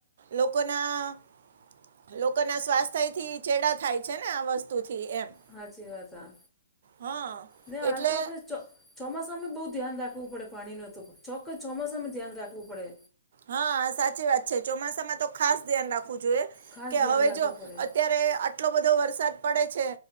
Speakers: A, on the right (about 60°); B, in the centre.
A: લોકો ના લોકોના સ્વાસ્થ્યથી ચેડા થાય છે ને આ વસ્તુથી એમ.
B: હાચી વાત હ
A: હા
B: ને હાલ
A: એટલે
B: તો આપણે ચ ચોમાસામાં બહુ ધ્યાન રાખવું પડે પાણીનો તો ચોક્કસ ચોમાસામાં ધ્યાન રાખવું પડે.
A: હા સાચી વાત છે ચોમાસામાં તો ખાસ ધ્યાન રાખવું જોઈએ.
B: ખાસ
A: કે
B: ધ્યાન
A: હવે
B: રાખવું
A: જો
B: પડે
A: અત્યારે આટલો બધો વરસાદ પડે છે